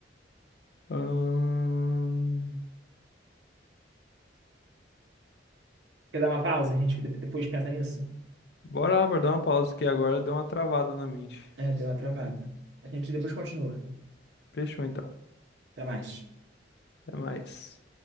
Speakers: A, on the left; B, on the right.
A: Ahn,
B: Quer dar uma pausa? A gente depois pensa nisso?
A: Bora lá, bora dar uma pausa aqui agora, deu uma travada na mente.
B: É, deu uma travada. A gente depois continua.
A: Fechou então.
B: Até mais.
A: Até mais.